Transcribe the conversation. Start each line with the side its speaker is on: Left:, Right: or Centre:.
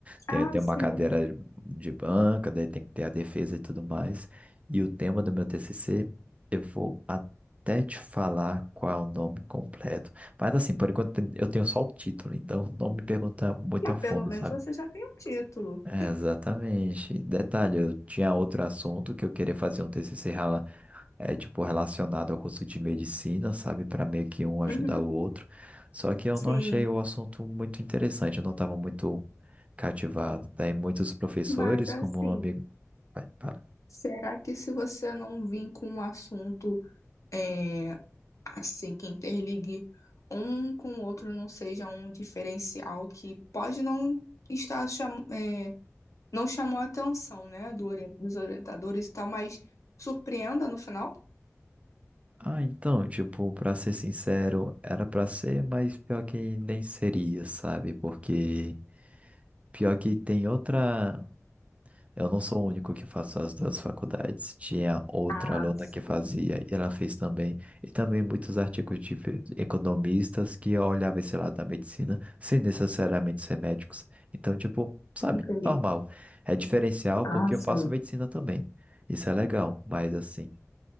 Right: tem,
Left: Ah,
Right: tem
Left: sim.
Right: uma cadeira de banca, daí tem que ter a defesa e tudo mais. E o tema do meu TCC, eu vou até te falar qual é o nome completo. Mas assim, por enquanto eu tenho só o título, então não me pergunta muito
Left: Ah,
Right: a
Left: pelo
Right: fundo,
Left: menos
Right: sabe?
Left: você já tem o título.
Right: É, exatamente. Detalhe, eu tinha outro assunto que eu queria fazer um TCC rela- é, tipo, relacionado ao curso de medicina, sabe? Para meio que um ajudar
Left: Uhum.
Right: o outro. Só que eu
Left: Sim,
Right: não achei o assunto muito interessante, eu não estava muito cativado. Daí muitos professores,
Left: mas assim,
Right: como um amigo. Vai, fala.
Left: será que se você não vir com um assunto é, assim que interligue um com o outro não seja um diferencial que pode não estar cham é, não chamou a atenção, né, do ori- dos orientadores e tal, mas surpreenda no final?
Right: Ah, então, tipo, pra ser sincero, era pra ser, mas pior que nem seria, sabe? Porque pior que tem outra. Eu não sou o único que faço as duas faculdades. Tinha outra
Left: Ah,
Right: aluna
Left: sim.
Right: que fazia e ela fez também. E também muitos artigos de fe- economistas que olhavam esse lado da medicina sem necessariamente ser médicos. Então, tipo, sabe,
Left: Entendi.
Right: normal. É diferencial
Left: Ah,
Right: porque
Left: sim.
Right: eu faço medicina também. Isso é legal, mas assim,